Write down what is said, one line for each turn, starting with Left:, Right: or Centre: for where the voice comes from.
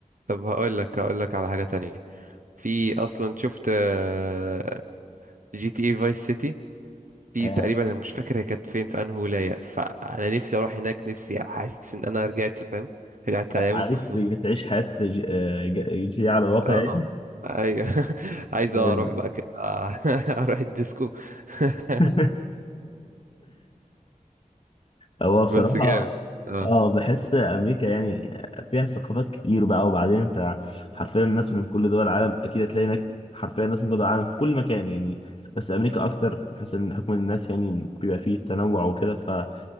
Right: طب هقول لك هقول لك على حاجة تانية في اصلا شفت آه، جي تي اي فايس سيتي في
Left: آه
Right: تقريبا أنا مش فاكر هي كانت فين في انهي ولاية فانا نفسي اروح هناك نفسي احس ان انا رجعت فاهم رجعت ايام
Left: ع-
Right: الطفولة
Left: عايز تعيش حياه ج- آه، ج- جديده على الواقع
Right: اه
Left: يعني
Right: ايوه <laughs> عايز
Left: آم.
Right: اروح بقى كده <laughs> اروح الديسكو <laughs>
Left: <laughs> هو بصراحة
Right: بس جامد اه
Left: اه بحس امريكا يعني فيها ثقافات كتير بقى وبعدين انت حرفيا ناس من كل دول العالم اكيد هتلاقي هناك حرفيا ناس من كل دول العالم في كل مكان يعني بس امريكا اكتر بحس ان حكم الناس يعني بيبقى فيه تنوع وكده فاللي